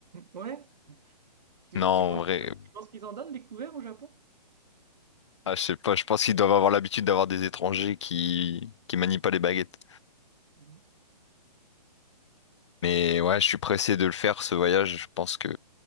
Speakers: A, on the right; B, on the left.
A: Ouais, tu,
B: Non,
A: tu penses,
B: en vrai,
A: tu penses qu'ils en donnent des couverts au Japon?
B: ah, je sais pas, je pense qu'ils doivent avoir l'habitude d'avoir des étrangers qui qui manient pas les baguettes.
A: Mhm. Ouais.
B: Mais ouais, je suis pressé de le faire, ce voyage, je pense que